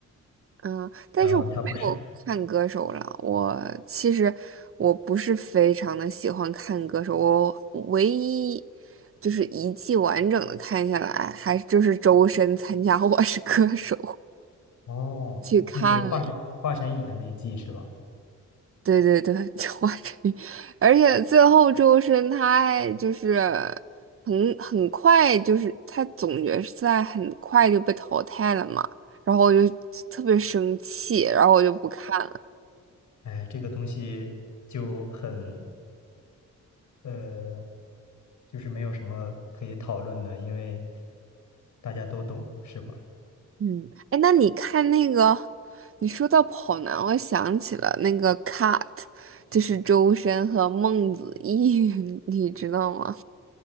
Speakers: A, on the right; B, on the left.
A: 嗯，但是我没有看歌手了。
B: 然后他不是
A: 我其实我不是非常的喜欢看歌手，我唯一就是一季完整的看下来，还就是周深参加 <laughs>《我是歌手》
B: 哦，
A: 去看了。
B: 那个华晨华晨宇的那一季是吧？
A: 对对对，<laughs> 就华晨宇，而且最后周深他还就是很很快，就是他总决赛很快就被淘汰了嘛，然后我就特别生气，然后我就不看了。
B: 哎，这个东西就很呃，就是没有什么可以讨论的，因为大家都懂，是吧？
A: 嗯，哎，那你看那个，你说到跑男，我想起了那个 Cut，就是周深和孟子义，<laughs> 你知道吗？